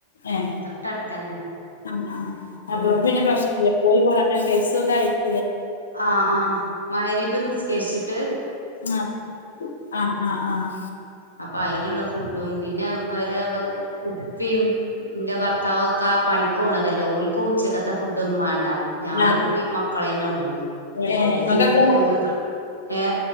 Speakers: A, on the left; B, on the right.
A: ഏ
B: തൊട്ടടുത്തന്നെ
A: ആ ആ അതുകൊണ്ട് പിന്നെ പ്രശ്നല്ല പോയി പോരാൻ <unintelligible>
B: ആ ആഹ് മഗ്‌രിബ് നിസ്കരിച്ചിട്ട് ട്ട്
A: ആഹ് ആഹ് ആഹ് ആഹ്
B: അപ്പൊ അതിനുള്ള ഫുഡും പിന്നെ വര വ ഉപ്പിം എന്റെ ഭർത്താവ് ഒക്കെ ആ പണിക്ക്‌ പോക്ണതല്ലേ ഓൽക്കും ഉച്ചക്കെത ത്തെ ഫുഡ് ഒന്നും വേണ്ട ഞാനും
A: ആ
B: ഉമ്മയും മക്കളന്നെ ഒള്ളു
A: ഏ നിങ്ങക്കെത്ര മ
B: ഞങ്ങക്ക് ഏ